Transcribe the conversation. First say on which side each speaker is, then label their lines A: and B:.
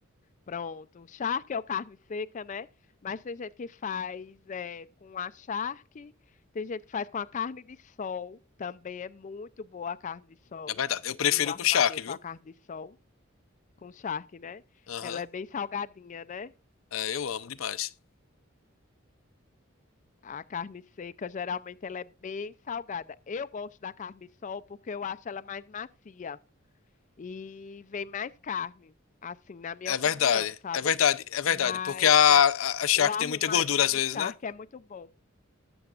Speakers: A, on the left; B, on the left.
A: Pronto. Charque é o carne seca, né? Mas tem gente que faz é, com a charque, tem gente que faz com a carne de sol. Também é muito boa a carne de sol.
B: É verdade.
A: O
B: Eu prefiro
A: o arrumadinho
B: com charque, viu?
A: com a carne de sol, com charque, né?
B: Aham.
A: Ela é bem salgadinha, né?
B: É, eu amo demais.
A: A carne seca, geralmente, ela é bem salgada. Eu gosto da carne de sol porque eu acho ela mais macia. E vem mais carne, assim, na minha
B: É
A: opinião,
B: verdade,
A: sabe?
B: é verdade, é verdade,
A: Mas
B: porque a,
A: a-
B: a, a charque
A: o arrumadinho
B: tem muita gordura às
A: de
B: vezes,
A: charque
B: né?
A: é muito bom.